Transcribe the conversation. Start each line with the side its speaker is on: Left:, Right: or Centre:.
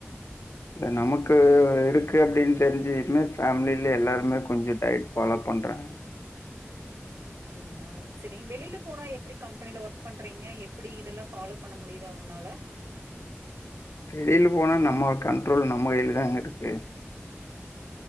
Left: இல்ல நமக்கு இருக்கு அப்படின் தெரிஞ்யிமே ஃபேமில எல்லாருமே கொஞ்ச டயட் ஃபாலோ பண்றாங்க
Right: அப்டிங்ளா சரி வெளில போனா எப்டி கம்பெனில ஒர்க் பண்றீங்க எப்டி இதெல்லா ஃபாலோ பண்ண முடியுது அவங்கனால
Left: வெளில போனா நம்ம கண்ட்ரோல் நம்ம கைல தாங்கருக்கு